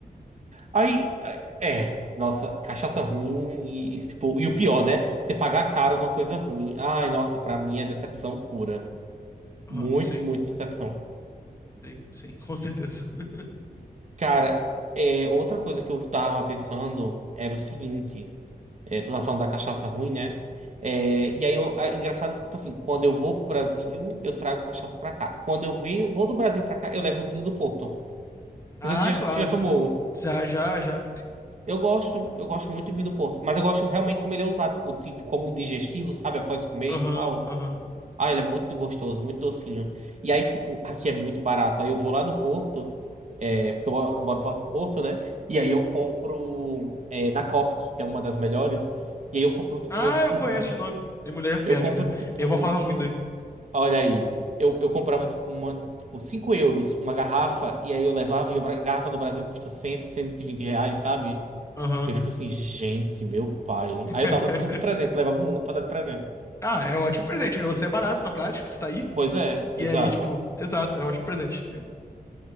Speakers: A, on the right (about 50°); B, on the left (about 20°).
A: Aí, é, é, nossa, cachaça ruim e, e, tipo, e o pior, né? Você pagar caro numa coisa ruim. Ai, nossa, pra mim é decepção pura.
B: Aham,
A: Muito,
B: sim,
A: muito decepção.
B: sim, sim, com certeza. <laughs>
A: Cara, é, outra coisa que eu tava pensando era o seguinte: é, tu tava falando da cachaça ruim, né? É, e aí, eu, é engraçado que, tipo assim, quando eu vou pro Brasil, eu trago cachaça pra cá. Quando eu venho, vou do Brasil pra cá, eu levo o vinho do Porto.
B: Ah,
A: Não sei se você
B: clássico,
A: já, já tomou.
B: né? Já, já, já.
A: Eu gosto, eu gosto muito de vinho do Porto, mas eu gosto realmente como ele é usado, tipo, tipo, como um digestivo, sabe, após comer
B: Aham,
A: e tal.
B: aham.
A: Ah, ele é muito gostoso, muito docinho. E aí, tipo, aqui é muito barato. Aí eu vou lá no Porto, é, porque eu eu moro perto do Porto, né? E aí eu compro é, na Copic, que é uma das melhores. E aí eu compro, tipo,
B: Ah,
A: uns,
B: eu
A: uns
B: conheço
A: vidros.
B: de nome. Minha mulher,
A: Eu
B: minha,
A: compro,
B: minha mulher.
A: tipo,
B: Minha avó falava muito
A: um.
B: daí.
A: Olha aí, eu, eu comprava, tipo, uma, tipo, 5 euros, uma garrafa, e aí eu levava, e a garrafa do Brasil custa cem, cento, e vinte reais, sabe?
B: Aham.
A: Eu fico assim, gente, meu pai.
B: <laughs>
A: Aí eu dava tudo de presente, levava um monte pra dar de presente.
B: Ah, é um ótimo presente, né? Você é barato na prática, porque você tá aí.
A: Pois é, exato.
B: E aí, tipo, exato, é um ótimo presente.